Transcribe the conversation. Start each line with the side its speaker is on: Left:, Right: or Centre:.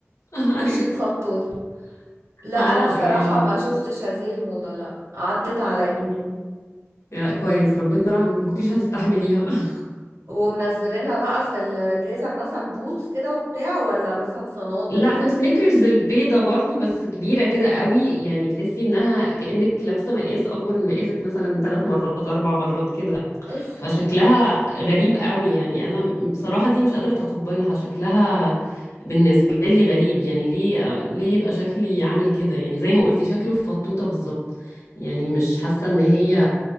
Left: <laughs>
Right: ماشيين
Left: أيوة.
Right: فطوطة لا
Left: اه
Right: انا بصراحة
Left: يعني
Right: ما شفتش هذه الموضة لا عدت عليا
Left: مم. يا كويس ربنا رحمك ما كنتيش هتستحمليها <laughs>
Right: ومنزلينها بقى في الجزم مثلا بوتس كده وبتاع ولا مثلا صنادل
Left: لا
Right: و...
Left: في السنيكرز البيضه برضو بس كبيره كده قوي يعني تحسي انها كانك لابسه مقاس اكبر من مقاسك مثلا ثلاث مرات اربع مرات كده
Right: اف
Left: فشكلها غريب قوي يعني انا بصراحة دي مش قادرة اتقبلها شكلها بالنسبة لي غريب يعني ليه ليه يبقى شكلي عامل كده يعني زي ما قلتي شكله فطوطة بالظبط يعني مش حاسة ان هي